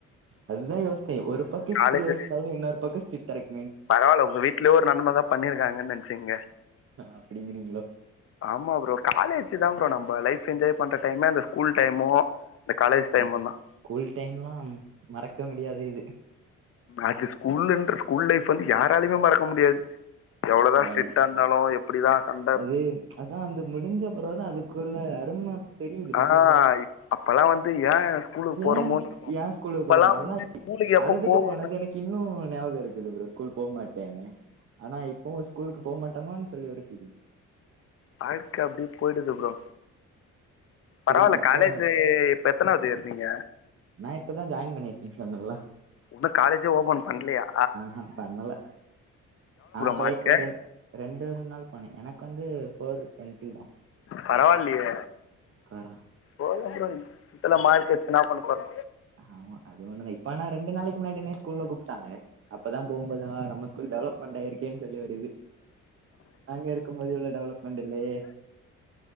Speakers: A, on the right (about 45°); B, on the left (about 50°).
A: ரொம்ப யோசிச்சே ஒரு பக்க இப்படி
B: காலேஜ்
A: யோசித்தாலு இன்னொரு பக்க சிட்டா இருக்கு
B: பரவால்ல உங்க வீட்டு்லயே ஒரு நன்மைதா பண்ணிருக்காங்கன் நெனைச்சுகங்க
A: அப்டிங்கிறீங்களோ
B: ஆமா ப்ரோ காலேஜ் தா ப்ரோ நம்ம லைஃப் என்ஜாய் பண்ற டைமே அந்த ஸ்கூல் டைமு இந்த காலேஜ் டைமுதா
A: ஆனா ஸ்கூல் டைம்ல்லா மறக்க முடியாது இது
B: அது ஸ்கூல்ன்ற ஸ்கூல் லைஃப் வந்து யாராலுமே மறக்க முடியாது எவ்வளோதா ஸ்ட்ரிட்டா
A: ஆய்
B: இருந் தாலு எப் ப்டிதா சண்
A: அது அதா அந்த முடிஞ்ச பரவுதா அதுக்குள்ள அரும தெரியுது பாத்தீங்களா
B: ஆ அப்பல்லா வந்து ஏன் ஸ்கூலுக்கு போறமோன்னு
A: ஏன்
B: இருக்கு
A: ஏ ஸ்கூலுக்கு போற நல்லா
B: ஊலுக்கு
A: அழுதுட்டு
B: எப்ப போவோன்னு
A: போனது எனக்கு இன்னு ஞாபக இருக்குது ப்ரோ ஸ்கூல் போ மாட்டேன்னு ஆனா இப்போ ஸ்கூலுக்கு போ மாட்டோமான்னு சொல்லி ஒரு ஃபீலிங்
B: வாழ்க்க அப்டியே போயிடுது ப்ரோ பரவால்ல
A: திரும்ப இப்போ
B: காலேஜ் இப்ப எத்தனாவது இயர் நீங்க
A: நா இப்பதா ஜாயின் பண்ணிருக்கே சொன்னல்ல
B: இன்னு காலேஜே ஓப்பன் பண்ணலையா
A: அ பண்ணல ஆனா போய்
B: மார்க்கு
A: ஒரு ரெண் ரெண்டு மூணு நாள் போனே எனக்கு வந்து போர் டொண்டிதா
B: பரவாயில்லையே
A: கர
B: போதும் ப்ரோ எல்ல மார்க்ஸ வெச்சு என்னாப் பண்ணப் போறோ
A: ஆமா அது ஒண்ணு தா இப்ப நா ரெண்டு நாளைக்கு முன்னாடினே ஸ்கூல்ல கூப்பிட்டாங்க அப்பதா போகு போதுதா நம்ம ஸ்கூல் டெவலப்மெண்ட் ஆயிருக்கேன்னு சொல்லி ஒரு இது நாங்க இருக்கும் போது இவ்ளோ டெவலப்மெண்ட் இல்லையே